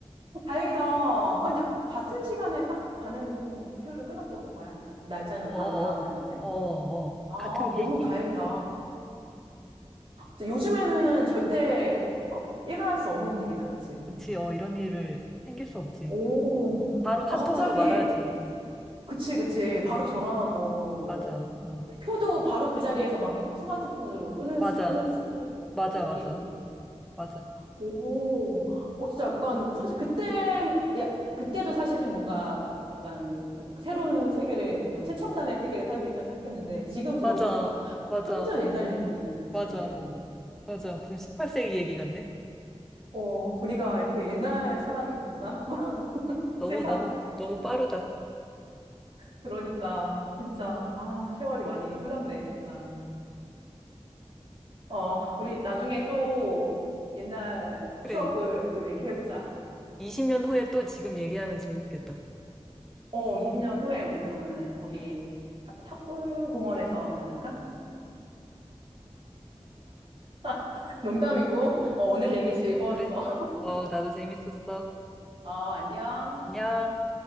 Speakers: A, on the right; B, in the centre.
A: 다행이다. 아, 근데 같은 시간에 딱 가는 표를 끊었던 거야. 그러니까 날짜는
B: 어,
A: 바로
B: 어,
A: 다음 날인데.
B: 어. 어, 어.
A: 아,
B: 같은 비행기.
A: 너무 다행이다. 진짜 요즘에는 절대 어, 일어날 수 없는 일이다. 그치?
B: 그치, 어, 이런 일을 생길 수 없지.
A: 오,
B: 바로 카톡으로
A: 아, 갑자기,
B: 말하지.
A: 그치, 그치. 바로 전화하고, 뭐.
B: 맞아, 어.
A: 그 표도 바로 그 자리에서 막 해- 스마트폰으로 끊을
B: 맞아,
A: 수, 끊을 수, 끊을 수 없고,
B: 맞아, 맞아,
A: 비행기 표도.
B: 맞아,
A: 오, 어, 진짜 약간, 사실 그때, 야, 그때도 사실은 뭔가 약간 새로운 세계를, 뭔가 최첨단의 세계를 살고 있다고 생각했는데, 지금 들어보니까
B: 맞아, 맞아,
A: 완전 옛날 얘기 같이
B: 맞아,
A: 느껴진다.
B: 맞아. 무슨 18세기 얘기 같네?
A: 어, 우리가 이렇게 옛날 사람인 건가? <laughs>
B: 너무,
A: 세상.
B: 너무, 너무 빠르다.
A: 그러니까, 진짜, 아, 세월이 많이 흘렀네, 진짜. 어, 우리 나중에 또 옛날
B: 그래.
A: 추억을 또 얘기해보자.
B: 20년 후에 또 지금 얘기하면 재밌겠다.
A: 어, 20년 후에 우리 그러면은 거기 탑- 탑골 공원에서 만날까? <laughs> 농담이고, 어, 오늘 얘기 즐거웠어.
B: 그래. 어, 나도 재밌었어.
A: <laughs> 어, 안녕.
B: 안녕.